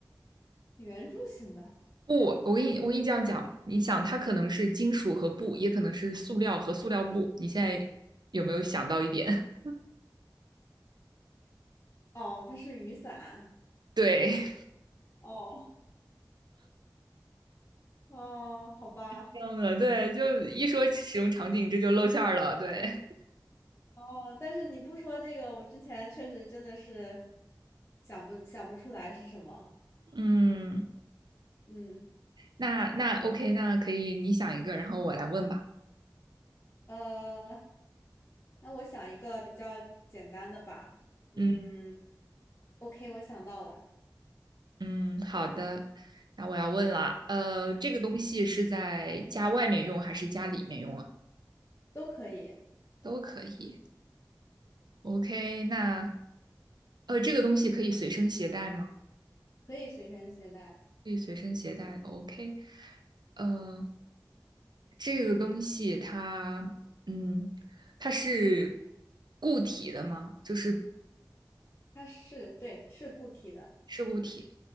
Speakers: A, on the left; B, on the right.
A: 圆柱形的
B: 布，我跟你我跟你这样讲，你想它可能是金属和布，也可能是塑料和塑料布。你现在有没有想到一点？
A: 哦，它是雨伞
B: <laughs> 对，
A: 哦哦，好吧
B: 这样的，对，就一说使用场景，这就露馅儿了。对，
A: 哦，但是你不说这个，我之前确实真的是想不想不出来是什么，
B: <laughs> 嗯，
A: 嗯。
B: 那那 OK，那可以，你想一个，然后我来问吧。
A: 呃，那我想一个比较简单的吧。嗯
B: 嗯
A: ，OK，我想到了，
B: 嗯，好的。那我要问了，呃，这个东西是在家外面用还是家里面用啊？
A: 都可以，
B: 都可以。OK，那呃，这个东西可以随身携带吗？
A: 可以随身携带。
B: 可以随身携带。OK，呃，这个东西它，嗯，它是固体的吗？就是
A: 它是，对，是固体的，
B: 是固体。